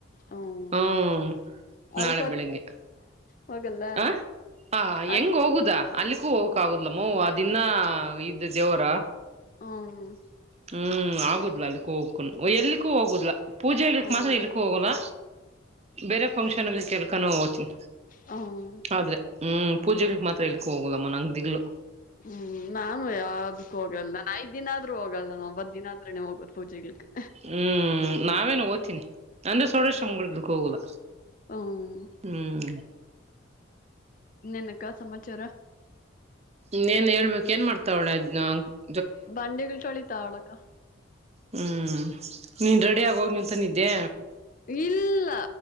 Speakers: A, on the left; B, on the right.
A: ಹ್ಮ್
B: ಹ್ಮ ನಾಳೆ
A: ಅಲ್ಕೋತ
B: ಬೆಳಿಗ್ಗೆ
A: ಹೋಗಲ್ಲ
B: ಹ ಹ ಹೆಂಗ
A: ಅಲ್
B: ಹೋಗುದಾ ಅಲ್ಲಿಕ್ಕೂ ಹೋಗಕ ಆಗುದಲ ಮೋವ್ ಅ ದಿನ ಇದ್ದ ದೇವರ
A: ಹ್ಮ್
B: ಹ್ಮ್ ಆಗುದ್ಲ ಅಲ್ಲಿ ಹೋಗ್ಕೊಂಡು ಎಲ್ಲಿಕ್ಕೂ ಹೋಗೋುದಿಲ್ಲ ಪೂಜೆ ಹೇಳಲಿಕ್ಕೆ
A: ಹ್ಮ್
B: ಮಾತ್ರ ಎಲ್ಲಿಕ್ಕೂ ಹೋಗೋಲ್ಲ ಬೇರೆ ಫಂಕ್ಷನ್
A: ಹ್ಮ್
B: ಕೆಲಕನ ಹೋಗ್ತನಿ
A: ಹ್ಮ್
B: ಆದ್ರೆ ಹ್ಮ್ ಪೂಜೆಗಳಗ್ ಮಾತ್ರ ಎಲಿಕ್ಕೆ ಹೋಗಲಮ್ಮ ನಂಗಗೆ ದಿಲು
A: ಹ್ಮ್ ನಾನು ಯಾವಕ್ಕು ಹೋಗಲ್ಲ ನಾನ ಐದ್ ದಿನ ಆದ್ರೂ ಹೋಗಲ್ಲ ನಾನು ಒಂಬತ್ ದಿನ ಆದ್ರನೆ ಹೋಗದ ಪೂಜಗಳಿಗೆ
B: ಹ್ಮ್ ನಾವೇನು ಓ್ತನಿ ಅಂದ್ರೆ ಸೋಡೋ ಕ್ಕೆ ಹೋಗುದ
A: ಹ್ಮ್
B: ಹ್ಮ್
A: ಇನ್ನೇನಕ್ಕ ಸಮಾಚಾರ
B: ನ್ನೇನ್ ಹೇಳ್ಬೇಕಕ್ ಏನ್ ಮಾಡ್ತಾವ ಒಳೆ ಅದ
A: ಬಂಡೆಗಳ ಚಳಿತ ಅವಳಕ
B: ಹ್ಞೂ ನೀನು ರೆಡಿ ಆಗೋಗಿ ನಿಂತ ನಿದ್ದೆ
A: ಇಲ್ಲ